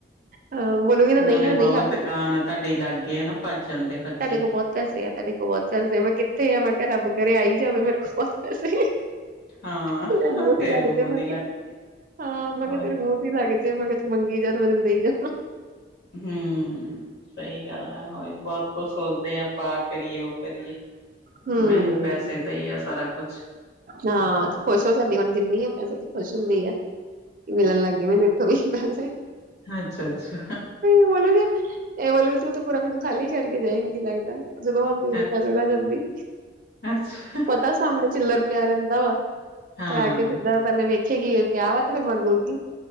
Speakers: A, on the right; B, on the left.
A: ਹਾਂ ਬੋਲੂਗੀ ਨਾ
B: ਨਾਲੇ
A: ਨਹੀਂ ਆ
B: ਪਾਵਾ
A: ਨਹੀਂ ਆਪ
B: ਦਕਾਨ ਤੁਹਾਡੇ ਲਾਗੇ ਆ ਨਾ ਭੱਜ ਜਾਂਦੇ। ਬੱਚੇ।
A: ਤੁਹਾਡੇ ਕੋਲ ਬਹੁਤ ਪੈਸੇ ਐ, ਤੁਹਾਡੇ ਕੋਲ ਬਹੁਤ ਪੈਸੇ ਐ, ਮੈਂ ਕਿਆ ਕਿੱਥੇ ਆ ਮੈਂ ਕਿਹਾ ਰੱਬ ਕਰੇ ਆ ਈ ਜਾਵੇ ਮੇਰੇ ਕੋਲ ਬਹੁਤ ਪੈਸੇ।
B: ਹਾਂ
A: ਤੇਰੇ ਮੋਤੀ
B: ਤੇਰੇ
A: ਲੱਗਦੇ
B: ਮੂੰਹ ਦੀ
A: ਮ
B: ਲੱਗ
A: ਹਾਂ ਮਗ
B: ਉਹੀ
A: ਤੇਰੇ ਮੋਤੀ ਲੱਗ ਜ ਮਗ ਤੂੰ ਮੰਗੀ ਜਾ ਤੇ ਮੈਨੂੰ ਦਈ ਜਾ
B: ਹੁ- ਸਹੀ ਗੱਲ ਹੈ, ਉਹੀ ਬਹੁਤ ਕੁਝ ਸੋਚਦੇ ਹਾਂ ਆਪਾਂ ਆਹ ਕਰੀਏ ਉਹ ਕਰੀਏ।
A: ਹੂੰ
B: ਮੇਨ ਪੈਸੇ ਦਾਹੀ ਆ ਸਾਰਾ ਕੁਛ
A: ਹਾਂ ਖੁਸ਼ ਹੋ ਜਾਂਦੀ ਹੁਣ ਦਿੰਨੀ ਆ ਪੈਸੇ ਤੇ ਖੁਸ਼ ਹੁੰਦੀ ਐ ਮਿਲਨ ਲੱਗ ਗਏ ਮੈਨੂੰ <unintelligible>
B: ਅੱਛਾ ਅੱਛਾ।
A: ਬੋਲੋਗੇ ਇਹ ਬੋਲੋ ਕਿ ਤੂੰ ਤਾਂ ਪੂਰਾ ਮੈਨੂੰ ਖਾਲੀ ਕਰਕੇ ਜਾਏਗੀ ਲੱਗਦਾ ਜਦੋਂ ਆਉਂਦੀ ਉਦੋਂ
B: ਅੱਛਾ
A: ਪੈਸੇ ਲੈ ਜਾਂਦੀ-
B: ਅੱਛਾ।
A: ਪਤਾ ਸਾਹਮਣੇ ਚਿੱਲਰ ਪਿਆ ਰਹਿੰਦਾ ਵਾ
B: ਹਾਂ
A: ਤੇ ਆ ਕੇ ਸਿੱਧਾ ਪਹਿਲੇ ਵੇਚੇਗੀ ਏ ਕਿਆ ਬਾਤ ਮੰਗੂਗੀ